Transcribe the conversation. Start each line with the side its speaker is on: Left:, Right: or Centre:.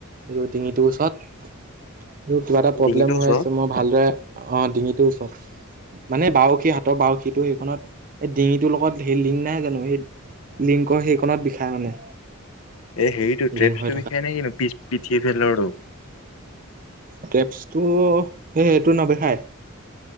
Right: এইটো ডিঙিটোৰ ওচৰত এইটো কিবা এটা প্ৰব্লেম
Left: ডিঙিটো ওচৰত
Right: হৈ আছে, মই ভালদৰে অ ডিঙিটোৰ ওচৰত। মানে বাউসী হাতৰ বাউসীটো সেইখনত ডিঙিটোৰ লগত সেই লিং নাই জানো। সেই লিংকৰ সেইখনত বিষায় মানে।
Left: এ হেৰিটো
Right: লিংক
Left: ট্ৰেপটো
Right: হৈ
Left: বিষেয় নাই নো পি পিঠিৰ এলৰোটো।
Right: টেপচটো সেই সেইটো নেবিষাই।